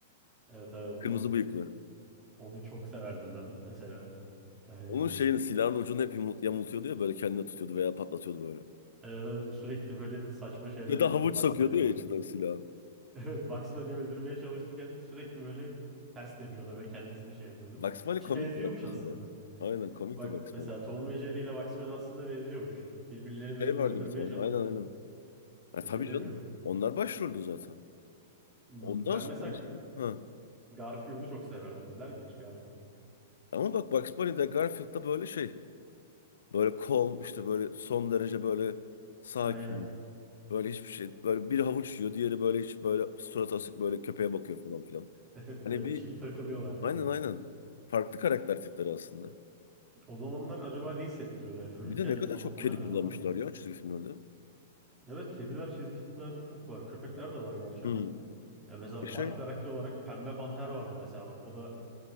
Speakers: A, on the right (about 20°); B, on the left (about 80°).
A: Evet evet onu
B: Kırmızı bıyıklı.
A: onu çok severdim ben mesela. Yani
B: Onun şeyin silahın ucunu hep yumult- yamultuyordu ya böyle kendine tutuyordu veya patlatıyordu böyle.
A: evet evet sürekli böyle saçma şeyler
B: Ya
A: yapıyordu.
B: da havuç
A: Bugs
B: sokuyordu
A: Bunny öldü.
B: ya içinden silahın.
A: <laughs> Evet, Bugs Bunny'i öldürmeye çalışırken sürekli böyle ters tepiyordu ve kendisini şey yapıyordu.
B: Bugs Bunny
A: Ki
B: komikti
A: benziyormuş
B: bak mesela.
A: aslında.
B: Aynen komikti
A: Bak
B: Bugs
A: mesela
B: Bunny.
A: Tom ve Jerry ile Bugs Bunny aslında benziyormuş. Birbirlerini
B: Şey
A: öldürmeye
B: vardı bir tane
A: çalışıyorlar.
B: aynen aynen. Ha,
A: Beceremiyorlar.
B: tabii canım onlar başroldü zaten.
A: Hmm,
B: Ondan
A: Ben
B: sonra
A: mesela
B: mesela. Ha.
A: Garfield'u çok severdim. İzler miydin hiç Garfield?
B: Ama bak Bugs Bunny'de Garfield'da böyle şey. Böyle calm işte böyle son derece böyle sakin.
A: Aynen. <laughs>
B: Böyle hiçbir şey. Böyle bir havuç yiyor diğeri böyle hiç böyle surat asık böyle köpeğe bakıyor falan filan.
A: Evet,
B: Hani
A: evet,
B: bir
A: chill takılıyorlar yani.
B: aynen aynen. Farklı karakter tipleri aslında.
A: O zamanlar acaba ne hissettiriyordu? Yani çocukken
B: Bir de ne kadar
A: tam
B: çok
A: hatırlamıyorum
B: kedi kullanmışlar
A: ama.
B: ya çizgi filmlerde.
A: Evet, kediler çizgi filmlerde çok var. Köpekler de var gerçi
B: Hmm.
A: ama. Ya mesela
B: E şey,
A: baş karakter olarak Pembe Panter vardı mesela bak. O da